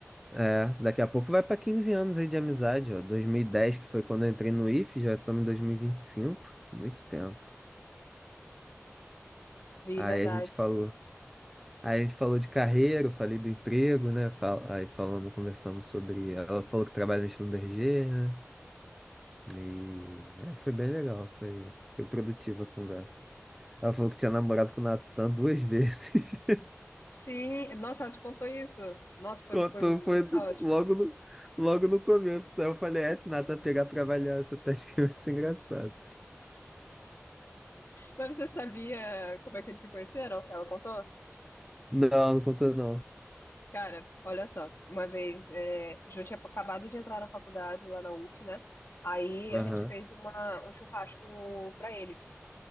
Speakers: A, in the centre; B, on the left (about 55°).
A: É, daqui a pouco vai pra 15 anos aí de amizade, ó. 2010, que foi quando eu entrei no IF, já estamos em 2025, muito tempo.
B: Vi,
A: Aí
B: verdade.
A: a gente falou, aí a gente falou de carreira, eu falei do emprego, né? Fal- Aí falamos, conversamos sobre, ela falou que trabalha na Schlumberger, né? E aí foi bem legal, foi, foi produtiva a conversa. Ela falou que tinha namorado com o Natan duas vezes. <laughs>
B: Sim, nossa, ela te contou isso. Nossa, foi,
A: Contou,
B: foi muito
A: foi
B: caótico.
A: do- logo no, logo no começo. Aí eu falei, é, se o Natan pegar pra avaliar essa <laughs> teste que vai ser engraçado.
B: Mas você sabia como é que eles se conheceram? Ela contou?
A: Não, não contou não.
B: Cara, olha só, uma vez, é, Jô tinha acabado de entrar na faculdade lá na UF, né? Aí
A: Aham.
B: a gente fez uma, um churrasco pra ele.